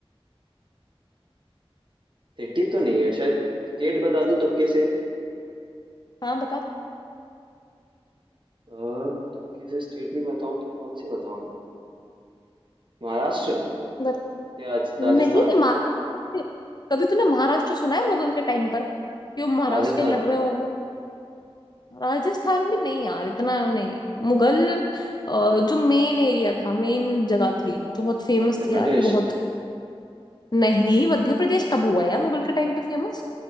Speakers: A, on the right; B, on the left.
A: सिटी तो नहीं है शायद स्टेट बता दूं तुक्के से
B: हाँ बता
A: अ, तुक्के से स्टेट भी बताऊं तो कौन सी बताऊं यार महाराष्ट्र
B: बता
A: या राजस्थान
B: नहीं महाराष्ट्र कभी तूने महाराष्ट्र सुना है मुगल के टाइम पर क्यों महाराष्ट्र
A: राजस्थान
B: के लड़ रहे हो वो राजस्थान भी नहीं यार इतना नहीं मुगल अ, जो मेन एरिया था मेन जगह थी जो बहुत फेमस
A: मध्य
B: थी
A: प्रदेश
B: यार बहुत नहीं मध्य प्रदेश कब हुआ यार मुगल के टाइम पे फेमस